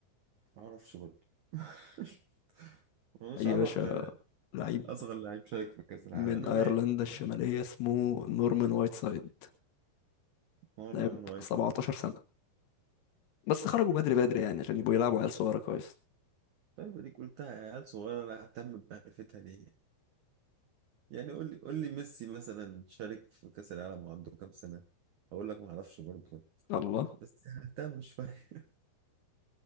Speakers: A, on the right; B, on the left.
A: ما اعرفش برضه <laughs> مش
B: أي
A: عارف
B: يا باشا
A: ان انا
B: لعيب
A: اصغر لعيب شارك في كأس العالم
B: من
A: انا
B: أيرلندا
A: مالي
B: الشمالية اسمه نورمان وايت سايد.
A: نورمان
B: لعب
A: وايت
B: 17 سنة بس خرجوا بدري بدري يعني عشان يبقوا يلعبوا عيال صغيرة كويس
A: طيب اديك قلتها يا عيال صغيرة انا ههتم بمعرفتها ليه يعني قول لي قول لي ميسي مثلا شارك في كأس العالم وعنده كام سنة هقول لك ما اعرفش برضه
B: الله
A: بس ههتم شوية